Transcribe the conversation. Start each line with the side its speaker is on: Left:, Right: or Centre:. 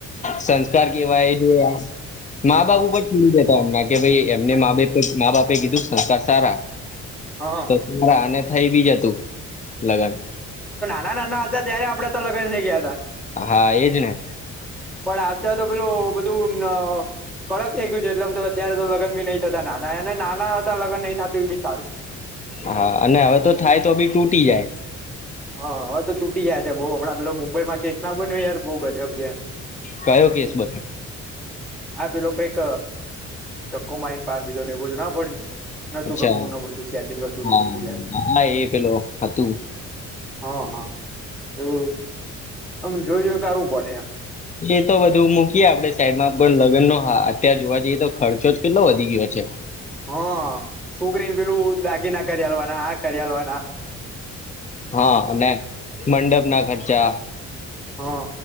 Left: સ ત્યાર કેવાય જો મા બાપ ઉપર કેડી દેતા અમને કે ભાઈ એમને મા બાપ મેં કીધું સંસ્કાર સારા
Centre: હા
Left: તોરા આને થઈ બી જતું લગ્નન
Centre: ના નાના હતા ત્યારે આપડે તો લગન થઈ ગયા
Left: હા એજ ને
Centre: પણ આત્યારે તો પેલું બધું ન કડક થઈ ગયું છે એટલે બધું અત્યારે તો લગન બી નઈ થતા નાના અને નાના હતા લગ્ન નહી થાતું એ બી સારુ.
Left: હા અને હવે તો થાય તો બી તૂટી જાય.
Centre: હા હવે તો તૂટી ગયા છે બઉ હમણાં પેલા મુંબઈમાં કેસ ના બન્યો યાર બઉ ગજબ છે.
Left: કયો કેસ બધ
Centre: આ પેલો કઈક ધક્કો મારીને પાર દીધો ને એવું બધું ન પડ્યું નતું
Left: અચ્છા
Centre: ગમતું ના પરતું સેર્ટિંગ હતું ને
Left: હા
Centre: આવુ બધુ યાર.
Left: હા એ પેલો હતું
Centre: હા હા એવું આમ જોય જોયને કરવું પડે એમ
Left: એ તો બધુ મૂકીએ આપડે સાઈડમાં પણ લગ્નનો હા અત્યારે જોવા જઈએ તો ખર્ચોજ કેટલો વધી ગયો છે.
Centre: હ છોકરીને પેલું દાગીના કરિયાલવાના આ કરિયાલવાના
Left: હા અને મંડપના ખર્ચા
Centre: હા